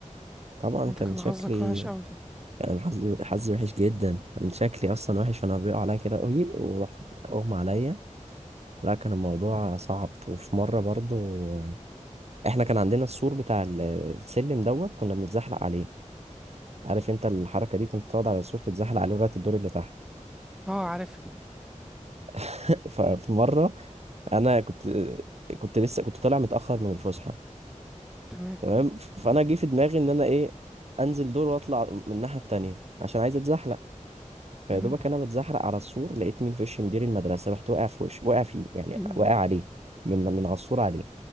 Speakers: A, on the right; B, in the centre.
A: طبعا
B: انت
A: كان
B: كان
A: شكلي
B: حظك وحش قوي
A: كان حظي حظي وحش جدا كان شكلي أصلا وحش وأنا بيقع عليا كده قوي ورحت أغمى عليا لا كان الموضوع صعب وفي مرة برضو آه، احنا كان عندنا السور بتاع ال- السلم دوت كنا بنتزحلق عليه عارف انت الحركه دي كنت تقعد على السور تتزحلق عليه لغايه الدور اللي تحت
B: اه عارف
A: <laughs> ففي مره انا كنت كنت لسه كنت طالع متاخر من الفسحه
B: تمام
A: تمام فانا جه في دماغي ان انا ايه انزل دور واطلع من الناحيه التانيه عشان عايز اتزحلق فيا
B: تمام
A: دوبك انا بتزحلق على السور لقيت مين في وش مدير المدرسه رحت واقع في وش واقع فيه يعني
B: <laughs>
A: واقع عليه من من على السور عليه